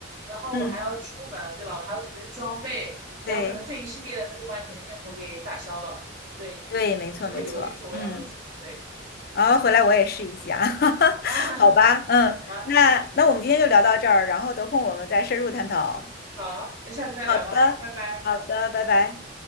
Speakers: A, on the right; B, on the left.
A: 然后我还要出门，
B: 嗯，
A: 对吧？我还要准备装备，然后可能这一系列的，
B: 对
A: 它就把你的念头给打消了，对，
B: 对，
A: 你可能就会犹豫说我要不要出门，
B: 没错没错，嗯，
A: 对，
B: 然后回来我也试一下，<laughs>
A: <laughs> 啊，
B: 好吧，嗯，
A: 好吧，
B: 那那我们今天就聊到这儿，然后得空我们再深入探讨。
A: 好，那下次再聊吧，
B: 好的，
A: 拜拜。
B: 好的，拜拜。